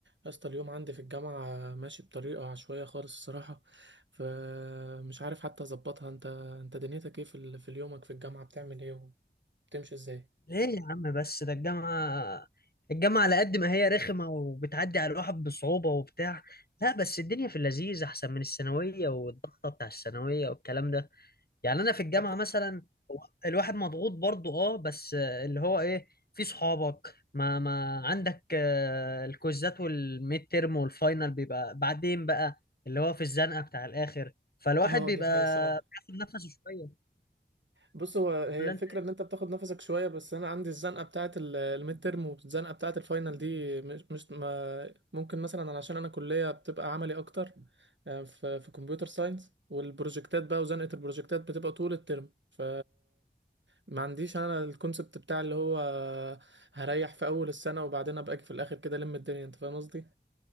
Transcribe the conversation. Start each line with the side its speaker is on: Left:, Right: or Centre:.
Right: يا اسطى اليوم عندي في الجامعة ماشي بطريقة عشوائية خالص الصراحة فمش عارف حتى أظبطها أنت أنت دنيتك إيه في ال... في يومك في الجامعة بتعمل إيه وبتمشي إزاي؟
Left: ليه يا عم بس ده الجامعة الجامعة على قد ما هي رخمة وبتعدي على الواحد بصعوبة وبتاع لا بس الدنيا في اللذيذ أحسن من الثانوية والضغطة بتاع الثانوية والكلام ده يعني أنا في الجامعة
Right: أد...
Left: مثلا هو الواحد مضغوط برضه أه بس اللي هو إيه في صحابك ما ما عندك آه، الكوزات والميد تيرم والفاينل بيبقى بعدين بقى اللي هو في الزنقة بتاع الآخر فالواحد
Right: أه
Left: بيبقى
Right: دي حقيقة الصراحة
Left: بياخد نفسه شوية
Right: بص هو هي
Left: ولا
Right: الفكرة ان انت بتاخد نفسك شوية بس انا عندي الزنقة بتاعة ال- الميد ترم والزنقة بتاعة الفاينل دي مش مش ما ممكن مثلا أنا عشان انا كلية بتبقى عملي اكتر آه، في في كمبيوتر ساينس والبروجكتات بقى وزنقة البروجكتات بتبقى طول الترم ف ما عنديش انا الكونسبت بتاع اللي هو هريح في اول السنة وبعدين ابقى اجي في الاخر كده الم الدنيا انت فاهم قصدي؟